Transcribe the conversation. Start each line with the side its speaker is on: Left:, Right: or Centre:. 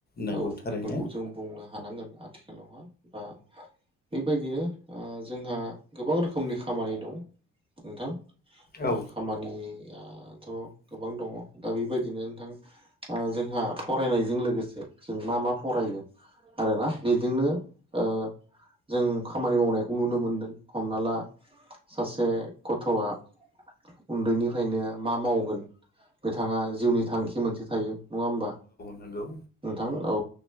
Left: नंगौ
Right: औ
Left: थारैनो
Right: बेफोरखौ जों बुंनो हानांगोन आथिखालावहा बा बेबायदिनो ओ जोंहा गोबां रोखोमनि खामानि दं नोंथां
Left: औ
Right: ओ खामानियाथ गोबां दङ दा बेबायदिनो नोंथां ओ जोंहा फरायनायजों लोगोसे जों मा मा फरायो आरोना बेजोंनो ओ जों खामानि मावनायखौ नुनो मोनदों हमना ला सासे गथ'आ उन्दैनिफ्रायनो मा मावगोन बिथाङा जिउनि थांखि मोनसे थायो। नङा होमबा
Left: नंगौ
Right: नोंथां औ।